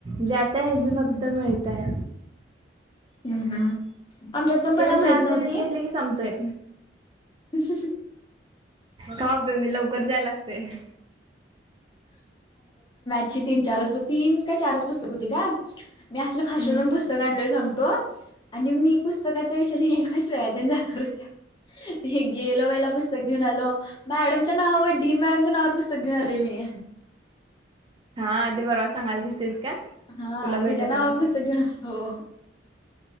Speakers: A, on the right (about 25°); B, on the left (about 25°).
A: ज्यात... ते हेजं
B: हम्म
A: फक्त मिळतय...
B: हम्म हम्म आमच्यात पण पहिला
A: ते चार
B: माहित नव्हती..
A: जणींनी घेतले की संपतय
B: <unintelligible>
A: का उपयोग नाही लवकर जायल लागतय.
B: अ तीन चारच तीन का चारच पुस्तक होती का मी असलं
A: हम्म
B: फास्ट जाऊन पुस्तक आणलोय सांगत... तो आणि मी पुस्तकाच्या विषयने आश्रयात जाणार होत्या. हे गेल्या वेळेला पुस्तक घेऊन आलो मॅडमच्या नावावर डीन मॅडमच्या नावावर पुस्तक घेऊन आलोय मी..
A: हा ते पर्वा सांगलतीस. तेच का
B: हा
A: तुला भेटत
B: तिच्या नावावर
A: नव्हत.
B: पुस्तक घेऊन आलो